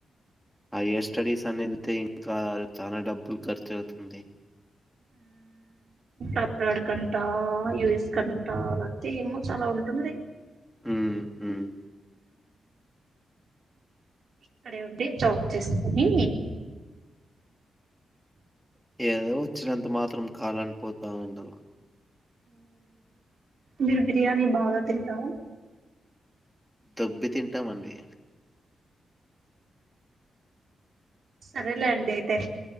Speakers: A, in the centre; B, on the right (about 60°).
A: అయ్యర్ స్టడీస్ అని వెళ్తే ఇంకా చాలా డబ్బులు ఖర్చు అవుతుంది
B: అబ్రాడ్ కంటా యూఎస్ కం త ఏమో చాలా ఉంటుంది
A: ఉమ్ ఉమ్
B: ఇక్కడ ఉండే జాబ్ చేసుకుని
A: ఏదో వచ్చినంత మాత్రం కాలని పోతా అంటలా
B: మీరు బిర్యానీ బాగా తింటావు
A: దొబ్బి తింటామండి
B: సరేలేండి అయితే